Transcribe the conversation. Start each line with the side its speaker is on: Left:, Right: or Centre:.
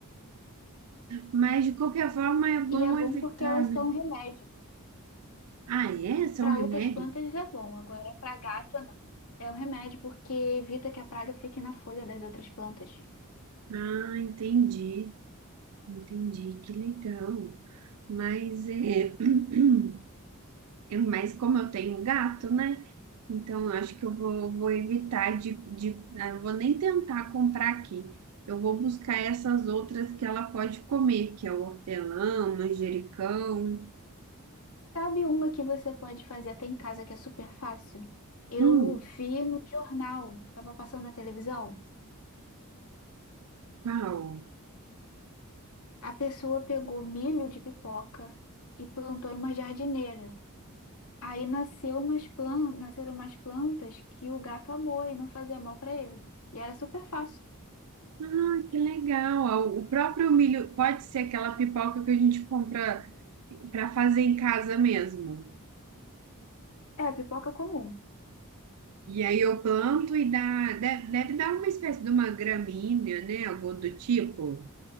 Right: Mas de qualquer forma é bom
Left: E é bom
Right: evitar,
Left: porque elas são
Right: né?
Left: um remédio.
Right: Ah, é? São
Left: Para
Right: remédios?
Left: outras plantas é bom, agora para gato não. É um remédio porque evita que a praga fique na folha das outras plantas.
Right: Ah, entendi, entendi, que legal. Mas é, <clears throat> é mais como eu tenho um gato, né? Então eu acho que eu vou, vou evitar de, de, ah, eu vou nem tentar comprar aqui. Eu vou buscar essas outras que ela pode comer, que é o hortelã, o manjericão.
Left: Sabe uma que você pode fazer até em casa que é super fácil? Eu
Right: Hum,
Left: vi no jornal, tava passando na televisão.
Right: qual?
Left: A pessoa pegou milho de pipoca e plantou em uma jardineira. Aí nasceu umas plan- nasceram umas plantas que o gato amou e não fazia mal para ele. E era super fácil.
Right: Ah, que legal. Ah, O próprio milho pode ser aquela pipoca que a gente compra para fazer em casa mesmo.
Left: É, pipoca comum.
Right: E aí eu planto e dá, deve, deve dar uma espécie de uma gramínea, né? Algo do tipo.